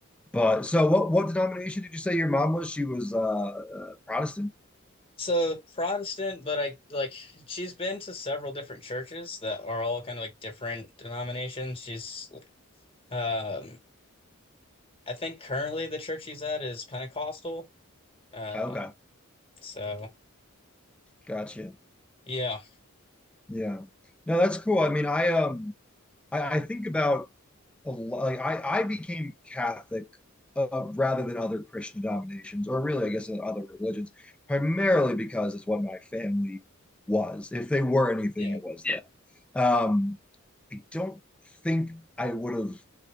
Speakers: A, in the centre; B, on the left.
A: but so, what what denomination did you say your mom was? She was uh, uh, Protestant.
B: So Protestant, but I like she's been to several different churches that are all kind of like different denominations. She's um I think currently the church she's at is Pentecostal. Um
A: Okay,
B: so
A: gotcha.
B: yeah.
A: Yeah. No, that's cool. I mean, I um I, I think about a lot like I, I became Catholic uh, rather than other Christian denominations, or really, I guess, uh, other religions, primarily because it's what my family was. If they were anything,
B: Yeah.
A: it was Yeah. that. Um, I don't think I would have